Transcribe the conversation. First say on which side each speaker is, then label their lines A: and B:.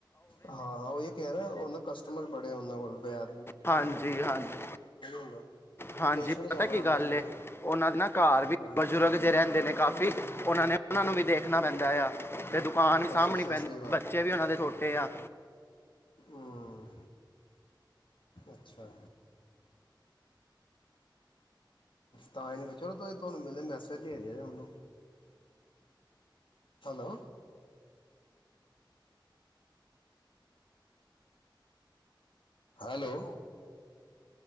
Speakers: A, on the left; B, on the left.
A: ਹਾਂ ਹਾਂ ਉਹੀ ਕਹਿ ਨਾ ਉਹ ਕਸਟਮਰ ਬੜੇ ਉਹਨਾਂ ਕੋਲ ਪਿਆ
B: ਹਾਂਜੀ ਹਾਂਜੀ
A: ਹੁੰਦਾ
B: ਹਾਂਜੀ
A: ਪੇਸ਼ੈਂਟ ਜ਼ਿਆਦਾ
B: ਪਤਾ ਕੀ
A: ਆਉਂਦੇ
B: ਗੱਲ
A: ਹੋਣੇ ਨਾ
B: ਉਹਨਾਂ ਦੇ ਨਾ ਘਰ ਵੀ
A: ਹਾਂਜੀ
B: ਬਜ਼ੁਰਗ ਜਿ ਰਹਿੰਦੇ ਨੇ ਕਾਫ਼ੀ ਉਹਨਾਂ ਨੇ ਉਹਨਾਂ ਨੂੰ ਵੀ ਦੇਖਣਾ ਪੈਂਦਾ ਆ ਤੇ ਆ ਨਹੀਂ ਸਾਂਭਣੀ
A: ਅੱਛਾ-ਅੱਛਾ
B: ਪੈਂਦੀ
A: ਸੇਵਾ
B: ਬੱਚੇ ਵੀ ਉਹਨਾਂ ਦੇ ਛੋਟੇ ਆ
A: ਹਾਂ ਅੱਛਾ ਤਾਂ ਹੀ ਨੀ ਚਲੋਸੀਂ ਤੁਹਾਨੂੰ ਮੇਨੂੰ ਮੈਸੇਜ ਦੇ ਦੇ ਜ ਮੈਨੂੰ ਹੈਲੋ ਲੋ